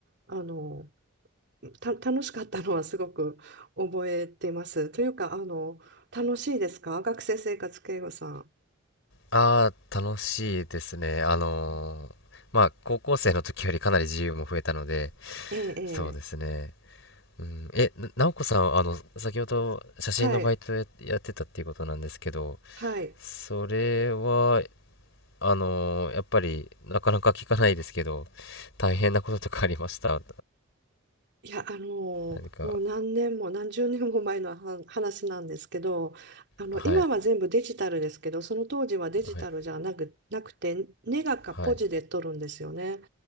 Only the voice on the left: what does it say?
ああ、楽しいですね。あのーまあ、高校生の時よりかなり自由も増えたので、
そうですね。
うん、え、な、なおこさん、あの、先ほど写真のバイトや、
やってたっていうことなんですけど、
それは、あのーやっぱり、なかなか聞かないですけど、大変なこととかありました。
何か、
はい、
はい、
はい。